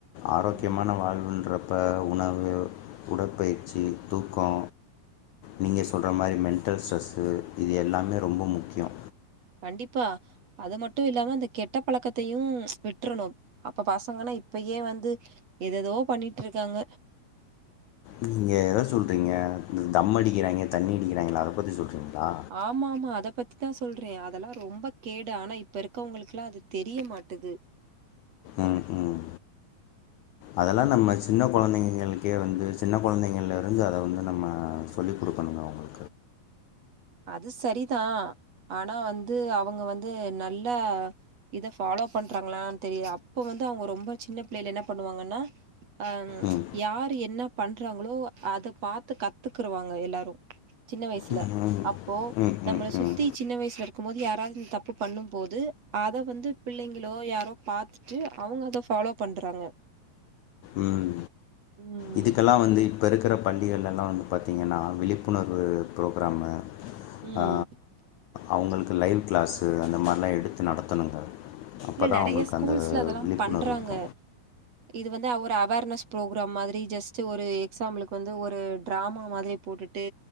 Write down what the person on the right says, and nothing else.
ம், ம்.
கண்டிப்பா அது மட்டு இல்லாம இந்த கெட்ட பழக்கத்தையு விட்டுரணு அப்ப பசங்கன்னா இப்பயே வந்து எததோ பண்ணிட்டு இருக்காங்க
ஆமா ஆமா அத பத்திதா சொல்றே அதெல்லா ரொம்ப கேடு ஆனா இப்ப இருக்கவங்களுக்கெலா அது தெரிய மாட்டுது
அது சரிதா ஆனா வந்து அவுங்க வந்து நல்ல இத ஃபாலோ பண்றாங்களான் தெரிய அப்போ வந்து அவுங்க ரொம்ப சின்ன பிள்ளைையில என்ன பண்ணுவாங்கன்னா அ
யாரு என்ன பண்றாங்களோ அத பாத்து கத்துக்குறுவாங்க எல்லாரு சின்ன வயசுல
அப்போ
நம்மள
சுத்தி
சின்ன வயசுல இரு க்கும் போது யாராவது இந்த தப்பு பண்ணும் போது அத வந்து பிள்ளைங்களோ யாரோ பாத் துட்டு அவுங்க அத ஃபாலோ பண்றாங்க
ம்
ம்
இல்ல நறைய
ஸ்கூல்ஸ்ல
அதெல்லா
பண்றாங்க
இது வந்து ஒரு அவ் வர்னஸ் ப்ரோக்ராம் மாதிரி ஜஸ்ட் ஒரு எக்ஸாம்பிளுக்கு வந்து ஒரு டிராமா மாதிரி போட்டுட்டு